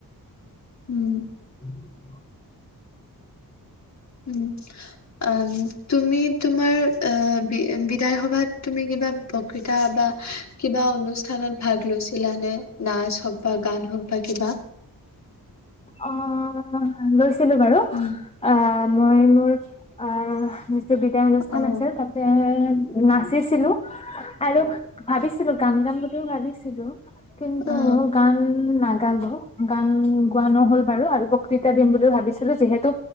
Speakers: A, on the left; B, on the left.
A: উম
B: <inaudible>
A: উম আম তুমি তোমাৰ অ বি বিধায় সভাত তুমি কিবা বক্তৃতা বা কিবা অনুষ্ঠানত ভাগ লৈছিলানে? নাচ হওঁক বা গান হওঁক বা কিবা
B: অ লৈছ ছিলোঁ বাৰু
A: উম
B: আ মই মোৰ আ যিটো বিদায় অনুষ্ঠান
A: অ
B: আছিল তাতে নাচিছিলোঁ আৰু ভাবিছিলোঁ গান গাম বুলিওঁ ভাবিছিলোঁ। কিন্তু
A: অ
B: মই গান নাগ গালো। গান গোৱা নহ'ল বাৰু আৰু বক বক্তৃতা দিম বুলিও ভাবিছিলোঁ। যিহেতু